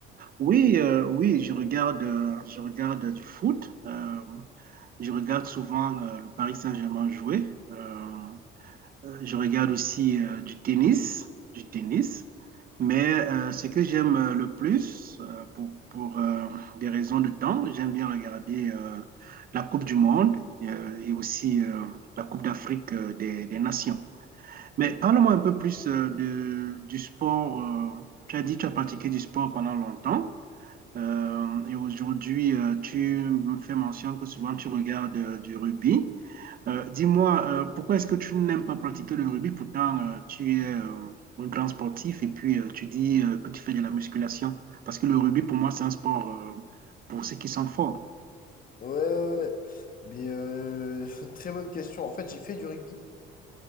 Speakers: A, on the right (about 45°); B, on the left (about 40°).
A: Oui, euh, oui, je regarde, euh, je regarde du foot. Euh, je regarde souvent euh, le Paris Saint-Germain jouer. Euh, euh, je regarde aussi euh, du tennis, du tennis. Mais euh, ce que j'aime euh, le plus, euh, pour, pour euh, des raisons de temps, j'aime bien regarder euh, la Coupe du Monde euh, et aussi euh, la Coupe d'Afrique euh, des des Nations. Mais parle-moi un peu plus euh, de, du sport. euh, tu as dit que tu as pratiqué du sport pendant longtemps. euh, et aujourd'hui, euh, tu me fais mention que souvent tu regardes euh, du rugby. Euh, dis-moi, euh, pourquoi est-ce que tu n'aimes pas pratiquer le rugby? Pourtant, euh, tu es euh, un grand sportif et puis euh, tu dis euh, que tu fais de la musculation. Parce que le rugby, pour moi, c'est un sport euh, pour ceux qui sont forts.
B: Ouais, ouais, ouais. Mais euh, <laughs> très bonne question. En fait, j'ai fait du rugby.